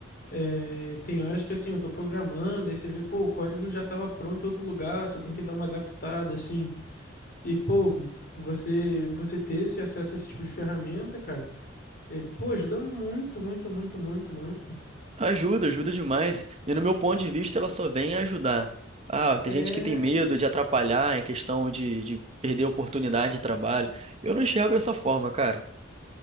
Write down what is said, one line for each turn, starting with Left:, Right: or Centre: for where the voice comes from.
Left: É, tem horas que, assim, eu tô programando, aí você vê, pô, o código já tava pronto em outro lugar, só tem que dar uma adaptada, assim. E, pô, você, você ter esse acesso a esse tipo de ferramenta, cara, eh, pô, ajuda muito, muito, muito, muito, muito.
Right: Ajuda, ajuda demais. E no meu ponto de vista, ela só vem ajudar. Ah, tem
Left: É.
Right: gente que tem medo de atrapalhar em questão de, de perder oportunidade de trabalho. Eu não enxergo dessa forma, cara.